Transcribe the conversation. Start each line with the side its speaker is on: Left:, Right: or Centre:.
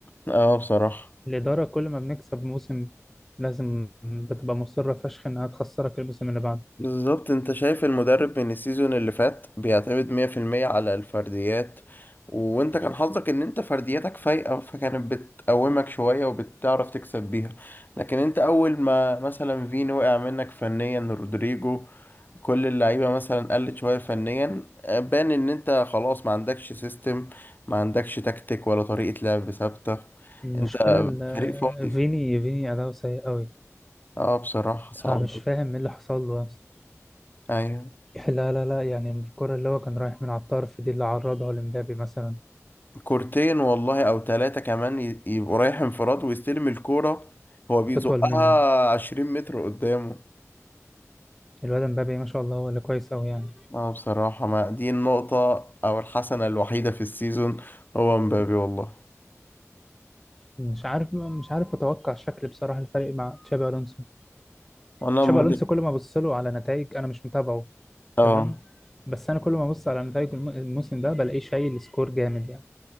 Left: اه بصراحة
Centre: الاداره كل ما بنكسب موسم لازم بتبقى مصره فشخ انها تخسرك الموسم اللي بعده
Left: بالظبط انت شايف المدرب من السيزون اللي فات بيعتمد 100% على الفرديات وانت كان حظك ان انت فردياتك فايقة فكانت بتقومك شوية وبتعرف تكسب بيها لكن انت اول ما مثلا فين وقع منك فنيا رودريجو كل اللعيبة مثلا قلت شوية فنيا بان ان انت خلاص ما عندكش سيستم ما عندكش تكتيك ولا طريقة لعب ثابتة
Centre: المشكلة
Left: انت
Centre: ال-
Left: فريق فاضي
Centre: فيني فيني أداؤه سيء أوي
Left: اه بصراحة صعب
Centre: أنا مش
Left: اوي.
Centre: فاهم إيه اللي حصل له أصلا
Left: ايوه
Centre: لا لا لا يعني الكرة اللي هو كان رايح من على الطرف دي اللي عرضها لمبابي مثلا
Left: كورتين والله او ثلاثة كمان ي- يبقوا رايح انفراد ويستلم الكورة هو بيزقها
Centre: وتطول منه
Left: 20 متر قدامه
Centre: الواد مبابي ما شاء الله هو اللي كويس أوي يعني
Left: اه بصراحة ما دي النقطة او الحسنة الوحيدة في السيزون هو مبابي والله
Centre: مش عارف مش عارف أتوقع شكل بصراحة الفريق مع تشابي ألونسو
Left: انا
Centre: تشابي
Left: مت...
Centre: ألونسو كل ما أبص له على نتائج أنا مش متابعه
Left: اه
Centre: تمام بس أنا كل ما أبص على نتائج الم- الموسم ده بلاقيه شايل سكور جامد يعني